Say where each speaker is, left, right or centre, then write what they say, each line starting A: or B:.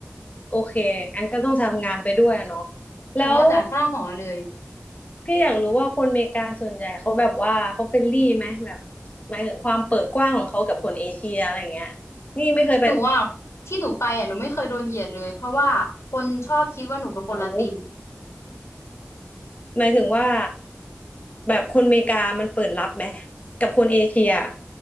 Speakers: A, on the left (about 35°); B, on the left (about 85°).
A: โอเคงั้นก็ต้องทำงานไปด้วยอะเนาะ
B: หนูพอจ่ายค่าหอเลย
A: แล้วพี่อยากรู้ว่าคนอเมริกาส่วนใหญ่เขาแบบว่าเขาเฟรนลี่ไหมแบบหมายถึงความเปิดกว้างของเขากับคนเอเชียอะไรเงี้ยนี่ไม่เคยไป
B: หนูอ่ะที่หนูไปอ่ะหนูไม่เคยโดนเหยียดเลยเพราะว่าคนชอบคิดว่าหนูเป็นคนละติน
A: รู้ หมายถึงว่าแบบคนอเมริกามันเปิดรับไหมกับคนเอเชีย